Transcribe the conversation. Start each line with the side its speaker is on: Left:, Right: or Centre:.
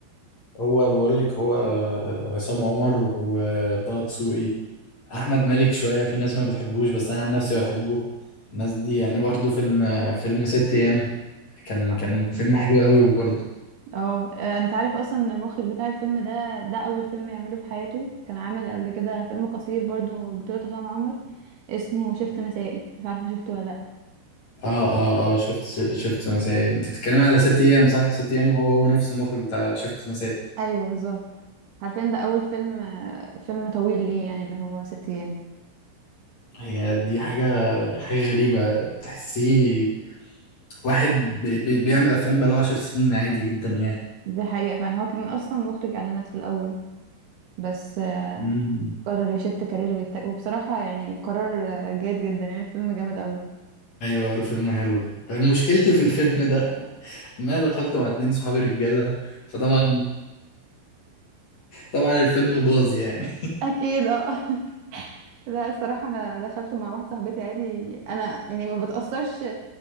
Left: هو بقول لك هو آه، عصام عمر وطه دسوقي احمد مالك شويه في ناس ما بتحبوش بس انا عن نفسي بحبه الناس دي يعني برضه فيلم فيلم ست ايام كان
Right: يعني
Left: كان فيلم حلو قوي برضه
Right: اه آه، انت عارف اصلا إن المخرج بتاع الفيلم ده ده اول فيلم يعمله في حياته كان عامل قبل كده فيلم قصير برضو بطولة عصام عمر اسمه شفت مسائي مش عارفه شفته ولا لا
Left: اه اه اه شفت شفت مسائي انت بتتكلمي على ست ايام صح ست ايام هو هو نفس المخرج بتاع شفت مسائي
Right: ايوه بالظبط عارفين ده اول فيلم آه، فيلم طويل ليه يعني اللي هو ست ايام
Left: هي دي حاجه حاجه غريبه تحسيه واحد بي بي بيعمل افلام بقاله عشر سنين عادي جدا يعني
Right: دي حقيقة فعلا هو كان اصلا مخرج اعلانات في الاول بس آه،
Left: مم.
Right: قرر يشفت كارير ويتك... وبصراحة يعني قرار آه، جيد جدا يعني الفيلم جامد قوي
Left: ايوه الفيلم حلو مشكلتي في الفيلم ده <laughs> ان انا دخلته مع اتنين صحابي رجاله فطبعا طبعا الفيلم باظ يعني
Right: اكيد اه <laughs> لا الصراحة انا دخلته مع واحدة صاحبتي عادي انا يعني ما بتأثرش